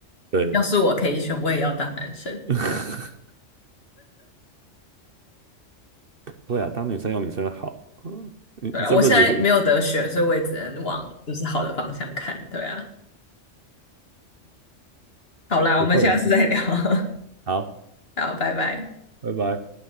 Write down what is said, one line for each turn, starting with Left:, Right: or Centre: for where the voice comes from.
Right: 对啊，
Left: 要是我可以选，我也要当男生。
Right: <laughs> 会啊，当女生有女生的好。嗯，你你这辈子可以
Left: 对啊，我现在没有得选，所以我也只能往就是好的方向看。对啊，好啦，
Right: 不会啊。
Left: 我们下次再聊。<laughs>
Right: 好，
Left: 好，拜拜。
Right: 拜拜。